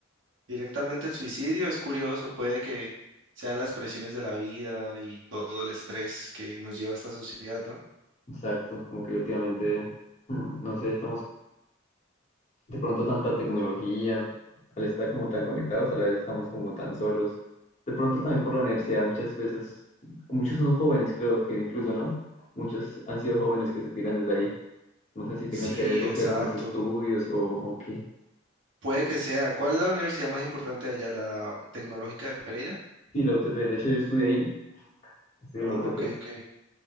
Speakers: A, on the right; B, on the left.
A: Directamente el suicidio es curioso, puede que sean las presiones de la vida y todo el estrés que nos lleva a esta sociedad, ¿no?
B: Exacto, como que últimamente, mm, no sé, estamos de pronto tanta tecnología, al estar como tan conectados, a la vez estamos como tan solos. De pronto también por la universidad, muchas veces, muchos son jóvenes, creo que incluso, ¿no? Muchos han sido jóvenes que se tiran desde ahí. No sé si
A: Sí,
B: tenga que algo
A: exacto.
B: que ver con los estudios o, o qué.
A: Puede que sea. ¿Cuál es la universidad más importante de allá? ¿La Tecnológica de Pereira?
B: Sí, la UTP, de hecho yo estudié ahí, estudié
A: Oh,
B: en la UTP.
A: ok, ok.